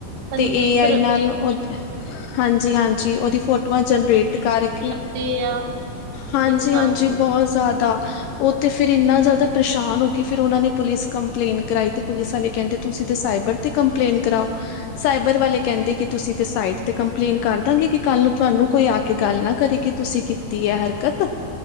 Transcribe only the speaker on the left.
ਤੇ ਏ ਆਈ
ਨਾਲ ਓ ਹਾਂਜੀ-ਹਾਂਜੀ। ਜੀ ਓਦੀ ਫੋਟੋਆਂ ਜਨਰੇਟ ਕਰਕੇ
ਹਾਂਜੀ-ਹਾਂਜੀ
ਬਹੁ ਜਾਦਾ, ਓ ਤੇ ਫਿਰ ਇੰਨਾ ਜਾਦਾ ਪਰੇਸ਼ਾਨ ਹੋ ਗਈ ਫੇਰ ਓਨਾਂ ਨੇ ਪੁਲਿਸ ਕੰਪਲੇਨ ਕਰਾਈ ਤੇ ਪੁਲਿਸ ਆਲੇ ਕੈਂਦੇ ਤੁਸੀਂ ਤੇ ਸਾਈਬਰ ਤੇ ਕੰਪਲੇਨ ਕਰਾਓ, ਸਾਈਬਰ ਵਾਲੇ ਕੈਂਦੇ ਕੇ ਤੁਸੀਂ ਸਾਈਟ ਤੇ ਕੰਪਲੇਂਨ ਕਰਦਾਂਗੇ ਕੇ ਕੱਲ ਨੂੰ ਤੁਆਨੂੰ ਕੋਈ ਆ ਕੇ ਗੱਲ ਨਾ ਕਰੇ ਕੇ ਤੁਸੀਂ ਕੀਤੀ ਐ ਹਰਕਤ,